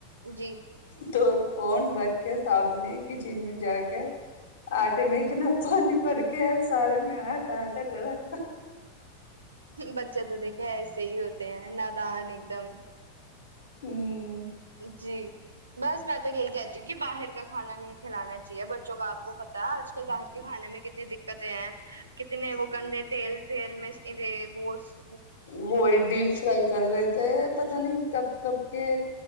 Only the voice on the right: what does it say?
جی
ب اچا تو دیکھے ایسے ہی ہوتے ہیں نادان ایک دم
جی بس میں تو یہی کہتی ہوں کہ باہر کا کھانا نہیں کھلانا چاہیے بچوں کا آپ کو پتا ہے آج کل باہر کے کھانے میں کتنی دقتیں ہیں وہ گندے تیل تی م ان بوس <unintelligible>